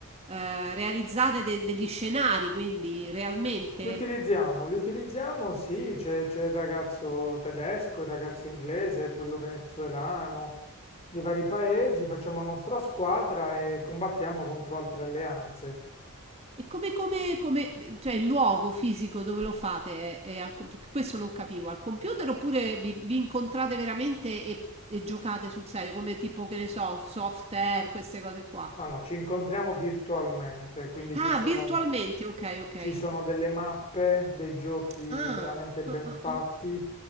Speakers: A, on the right; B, on the left.
A: eh, realizzate de- degli scenari, quindi realmente?
B: Li utilizziamo, li utilizziamo, sì, c'è c'è il ragazzo tedesco, il ragazzo inglese, quello venezuelano, dei vari paesi, facciamo nostra squadra e combattiamo contro altre alleanze.
A: E come, come, come, cioè il luogo fisico dove lo fate? È, è al co- questo non capivo, al computer oppure vi, vi incontrate veramente e, e giocate sul serio, come tipo, che ne so, soft air, queste cose qua?
B: No, no, ci incontriamo virtualmente, quindi
A: Ah,
B: ci sono,
A: virtualmente, ok, ok.
B: ci sono delle mappe, dei giochi
A: Ah,
B: veramente ben
A: ah, ah,
B: fatti,
A: ah,